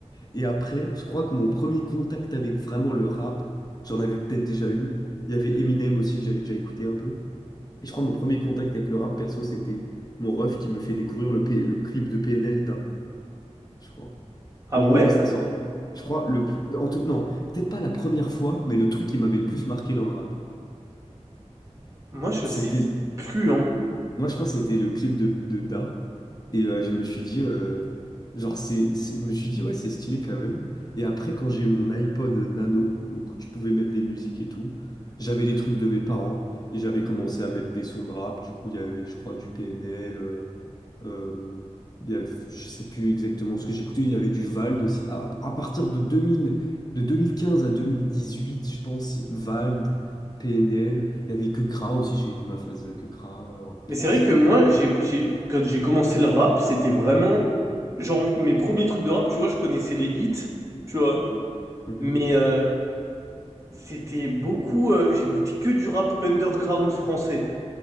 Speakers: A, on the left; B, on the right.
A: Et après, je crois que mon premier contact avec vraiment le rap, j'en avais peut-être déjà eu. Il y avait Eminem aussi que j'avais déjà écouté un peu. Et je crois que mon premier contact avec le rap perso, c'était mon ref qui me fait découvrir le, P- le clip de PNL Da, je crois
B: Ah
A: au moment
B: ouais?
A: où ça sort. Je crois, le, en tout, non, peut-être pas la première fois, mais le truc qui m'avait le plus marqué dans le rap,
B: Moi, je
A: c'était
B: sais plus, hein
A: moi, je crois que c'était le clip de, de Da. Et euh, je me suis dit, euh, genre, c'est, c'est- je me suis dit, ouais, c'est stylé quand même. Et après, quand j'ai mon iPod Nano, donc tu pouvais mettre des musiques et tout, j'avais les trucs de mes parents et j'avais commencé à mettre des sons de rap. Du coup, il y avait, je crois, du PNL. euh, euh, il y avait, je sais plus exactement ce que j'écoutais. Il y avait du Vald aussi. À, à partir de deux mille de 2015 à deux mille dix huit je pense, Vald. PNL. Il y avait que Kra aussi, j'ai eu ma phase euh, que Kra euh, en rap
B: Mais
A: français.
B: c'est vrai que moi, j'ai, j'ai, quand j'ai commencé le rap, c'était vraiment... Genre, mes mes premiers trucs de rap, tu vois, je connaissais les hits, tu vois.
A: Mm. Mhm.
B: Mais euh, c'était beaucoup... euh, j'écoutais que du rap underground français